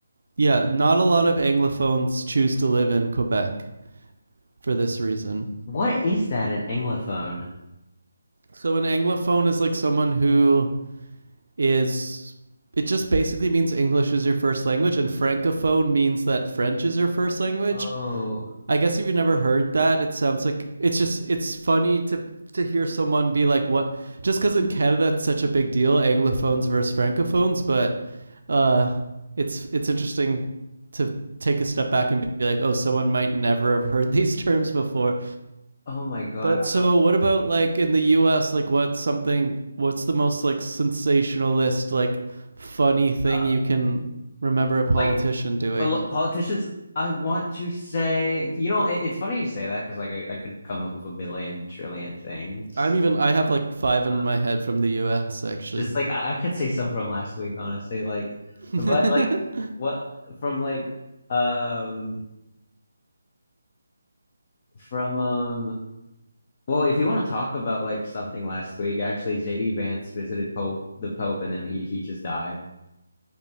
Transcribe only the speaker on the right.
yeah not a lot of anglophones choose to live in Quebec for this reason.
So an anglophone is like someone who is it just basically means English is your first language, and francophone means that French is your first language.
I guess if you've never heard that, it sounds like it's just it's funny to to hear someone be like, "What?" Just because in Canada it's such a big deal, anglophones versus francophones, but uh, it's it's interesting to take a step back and be like, "Oh, someone might never have heard <laughs> these terms before."
But
so
what about like in the US like what's something what's the most like sensationalist like funny thing
you can remember a politician
doing?
I'm even I have like 5
in my head from the US actually.
<laughs>